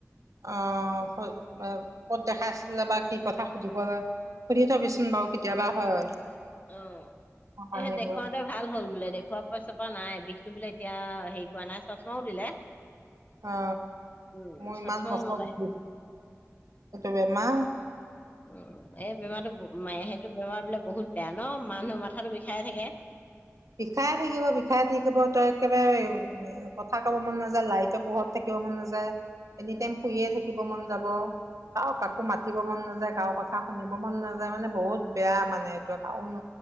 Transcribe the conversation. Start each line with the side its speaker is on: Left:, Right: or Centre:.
Right: আহ ক'ত দেখা আছিলে বা কি কথা সুধিব <unintelligible> থাবিচোন বাৰু কেতিয়াবা হয়।
Left: অ
Right: আহিব
Left: এ দেখতে
Right: অ
Left: ভাল হ'ল বোলে দেখুুৱা পাচপা নাই বিষটো বোলে এতিয়া হেৰি কৰাৱা নাই চশমাও দিলে।
Right: অ
Left: উম
Right: মই
Left: চশমাও
Right: ইমান বছৰছ
Left: ললে
Right: এইটো বেমা
Left: উ এই বেমাৰটো মায়ে সেইটো বেমাৰ বিলাক বহুত বেয়া ন মানুহৰ মাথা বিষায়ে থাকে।
Right: বিষাই থাকিব বিষাই থাকিব তই একেবাৰে এ কথা কব মন নাযায়, লাইটো পোহৰত থাকিব মন নাযায়, এনি টাইম শুইয়ে থাকিব মন যাব, ক কাকো মাতিব মন নাযায়, কাৰো কথা শুনিব মন নাযায় মানে বহুত বেয়া মানে এইটো কাৰন